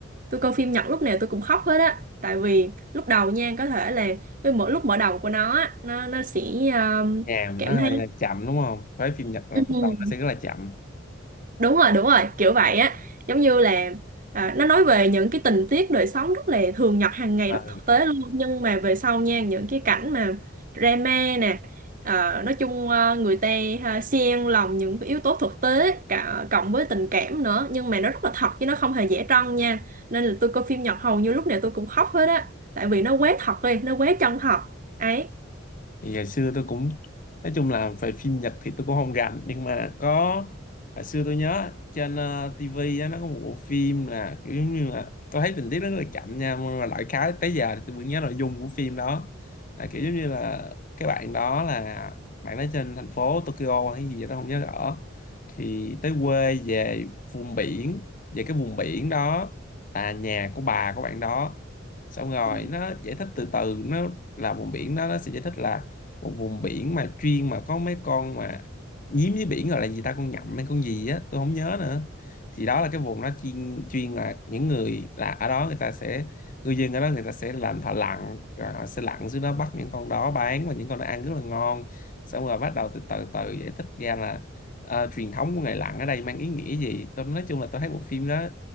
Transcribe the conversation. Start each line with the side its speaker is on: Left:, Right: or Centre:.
Right: Tôi coi phim Nhật lúc nào tôi cũng khóc hết á. Tại vì lúc đầu nha có thể là cái mỗi lúc mở đầu của nó á, nó nó sẽ ờ,
Left: nhàm
Right: cảm
Left: nó
Right: thấy
Left: hơi chậm đúng không với phim Nhật là
Right: Ừ.
Left: khúc đầu nó sẽ rất là chậm
Right: đúng rồi đúng rồi kiểu vậy á giống như là à, nó nói về những cái tình tiết đời sống rất là thường nhật hàng ngày
Left: Ờ,
Right: rất thực tế luôn nhưng mà về sau nha những cái cảnh mà drama nè ờ, nói chung ờ, người ta uh, xen lòng những cái yếu tố thực tế cả cộng với tình cảm nữa nhưng mà nó rất là thật chứ nó không hề giả trân nha nên là tôi coi phim Nhật hầu như lúc nào tôi cũng khóc hết á tại vì nó quá thật đi nó quá chân thật ấy
Left: thì ngày xưa tôi cũng nói chung là về phim Nhật thì tôi cũng không rành nhưng mà có hồi xưa tôi nhớ trên uh, TV á, nó có một bộ phim là kiểu giống như là tôi thấy tình tiết nó rất là chậm nha nhưng mà lại khá tới giờ thì tôi vẫn nhớ nội dung của phim đó là kiểu giống như là cái bạn đó là bạn đó trên thành phố Tokyo hay gì đó không nhớ rõ thì tới quê về vùng biển về cái vùng biển đó là nhà của bà của bạn đó xong rồi
Right: Ừ.
Left: nó giải thích từ từ nó là vùng biển đó nó sẽ giải thích là một vùng biển mà chuyên mà có mấy con mà nhím với biển gọi là gì ta con nhậm hay con gì á tôi không nhớ nữa thì đó là cái vùng đó chuyên chuyên là những người là ở đó người ta sẽ người dân ở đó người ta sẽ làm thợ lặn rồi họ sẽ lặn xuống đó bắt những con đó bán và những con đó ăn rất là ngon xong rồi bắt đầu từ từ từ giải thích ra là ờ, truyền thống của nghề lặn ở đây mang ý nghĩa gì tôi nói chung là tôi thấy bộ phim đó